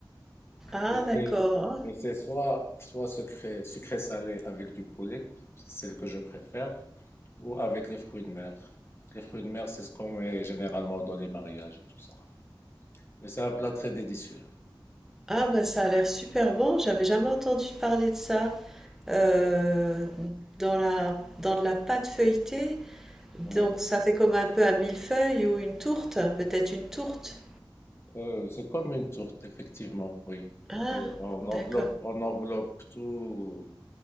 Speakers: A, in the centre; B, on the left.
A: Ah
B: Mais
A: d'accord.
B: c'est mais c'est soit, soit sucré, sucré salé avec du poulet, c'est le que je préfère, ou avec les fruits de mer. Les fruits de mer, c'est ce qu'on met généralement dans les mariages et tout ça. Mais c'est un plat très délicieux.
A: Ah bah ça a l'air super bon, j'avais jamais entendu parler de ça. Euh, dans la, dans de la pâte feuilletée,
B: Oui.
A: donc ça fait comme un peu un millefeuille ou une tourte, peut-être une tourte.
B: Euh, c'est comme une tourte, effectivement, oui.
A: Ah,
B: Euh, on enveloppe,
A: d'accord.
B: on enveloppe tout,